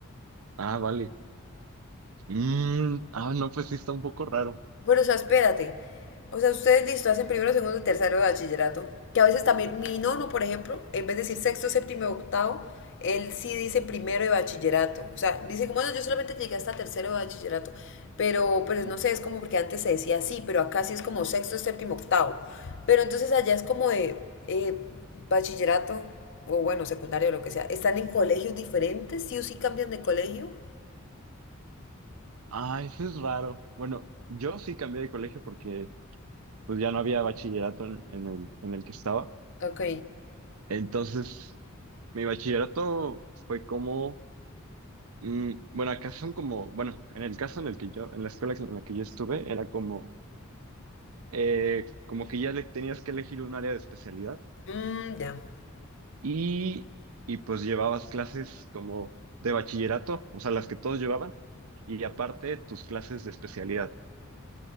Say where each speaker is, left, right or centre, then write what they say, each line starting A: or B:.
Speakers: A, on the right (about 80°); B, on the left (about 60°).
A: Ah, vale. Mm, ah, no, pues sí está un poco raro.
B: Bueno, o sea, espérate. O sea, ustedes listo, hacen primero, segundo, tercero de bachillerato. Que a veces también, mi nono, por ejemplo, en vez de decir sexto, séptimo y octavo, él sí dice primero de bachillerato. O sea, dice como, bueno, yo solamente llegué hasta tercero de bachillerato. Pero, pero
A: Sí.
B: no sé, es como porque antes se decía así, pero acá sí es como sexto, séptimo, octavo. Pero entonces allá es como de eh, bachillerato, o bueno, secundario, lo que sea. ¿Están en colegios diferentes? ¿Sí o sí cambian de colegio?
A: Ah, eso es raro. Bueno, yo sí cambié de colegio porque pues ya no había bachillerato en, en el, en el que estaba.
B: Ok.
A: Entonces, mi bachillerato fue como, mm, bueno, acá son como, bueno, en el caso en el que yo, en la escuela en la que yo estuve, era como, eh, como que ya le, tenías que elegir un área de especialidad.
B: Mm, ya.
A: y, y pues llevabas clases como de bachillerato, o sea, las que todos llevaban, y aparte tus clases de especialidad.